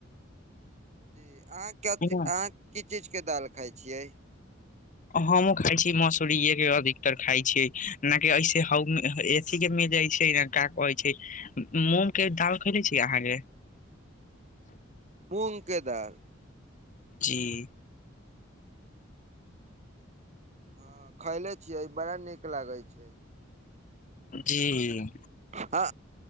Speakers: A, on the right; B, on the left.
A: जी, अहाँ कथ
B: ना,
A: अहाँ की चीजके, दालि खाइ छियै?
B: <unintelligible> हमँ खााय छी मसूरे के, अधिकतर खााय छी, न कि ऐसे एसी के मिल जाइ छै ने। क्या कहै छै, मूँग के दाल खैले छी अहाँके?
A: मूगके दालि।
B: जी!
A: हँ, खैले छीयै बड़ा नीक लागे छै।
B: जी!
A: ह